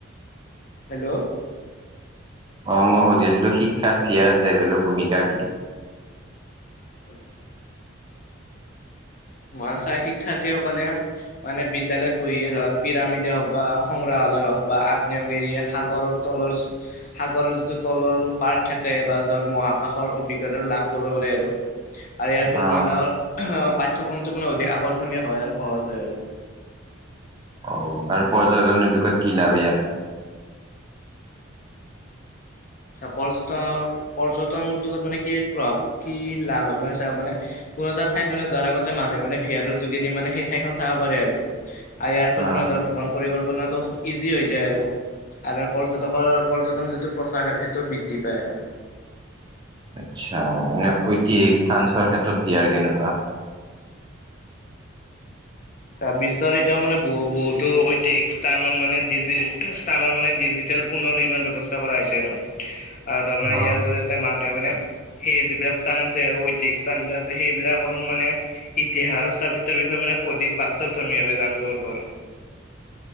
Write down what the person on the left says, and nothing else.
হেল্ল'।
হয়। মৰাচা শিক্ষাৰ্থীসকলে মানে বিদ্যালয়ত বহিয়ে ৰল পিৰামিডে হওক বা সংগ্ৰাহ। আলৰ হক বা আগ্নেয়গিৰী সাগৰতলৰ সাগৰ যিটো তলৰ পাৰ্ট থাকে বা। য'ত মোৰ আকাখৰ অভিজ্ঞতাটো লাভ কৰিবলৈ আৰু আৰেয়াৰ ফলত
মাডাৰ অহ পাইক। কোনটো পুনৰ অতি আকৰ্ষণীয় হয় আৰু সহজ হয় আৰু।
চ পৰ্যটনৰ পৰ্যটন উদ্যোগত মানে কি প্ৰভাৱ কি লাভ হয় মানে চও মানে কোনো এটা ঠাইত মানে যোৱাৰ আগতে মানুহে মানে ভিয়াৰৰ যোগেদি মানে সেই ঠাইখন চাব পাৰে আৰু। আৰু ইয়াৰ ফলৰ
মানে ধৰ ভ্ৰমণ পৰি্প পনাটো ইজি হৈ যায় আৰু, আৰু পৰ্যটকৰ পৰ্যটনৰ যিটো প্ৰচাৰে টো বৃদ্ধি পায় আৰু।
চা বিশ্বৰিত মানে বহু বহুতো ঐতিক স্থান মানে ডিজি স্থানৰ মানে ডিজি তেল পুনৰ নিৰ্মাণ ব্যৱস্থা কৰা হৈছে আৰু, আৰু আমাৰ
জৰিয়তে মানুহে মানে সেই যিবিলাক স্থান আছে আৰু ঐতিহিক স্থান বিলাক আছে সেইবিলাকৰ মানে ইতিহাস আৰু স্থাপিত্বৰ বিষয়ে মানে অধিক বাস্তৱ ধৰ্মী ভাবে জানব পাৰব।